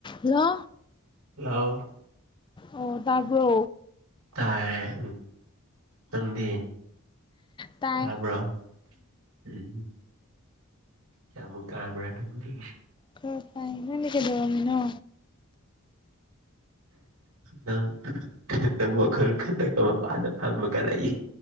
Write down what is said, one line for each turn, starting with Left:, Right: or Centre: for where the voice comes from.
Left: ꯍꯜꯂꯣ
Right: ꯍꯜꯂꯣ
Left: ꯑꯣ ꯇꯔꯕ꯭ꯔꯣ
Right: ꯇꯥꯌꯦ ꯅꯪꯗꯤ
Left: ꯇꯥꯏ
Right: ꯇꯕ꯭ꯔꯣ ꯎꯝ ꯎꯝ ꯀꯌꯥꯃꯨꯛ ꯇꯥꯕ꯭ꯔꯣ ꯅꯪꯗꯤ
Left: ꯈꯔ ꯇꯥꯌꯦ ꯅꯪꯗꯤ ꯀꯩꯗꯧꯔꯝꯃꯤꯅꯣ ꯅꯣ
Right: ꯅꯪ ꯅꯪ ꯋꯥꯈꯜ ꯈꯜꯂꯒ ꯃꯄꯥꯟꯗ ꯐꯝꯃꯒ ꯂꯩ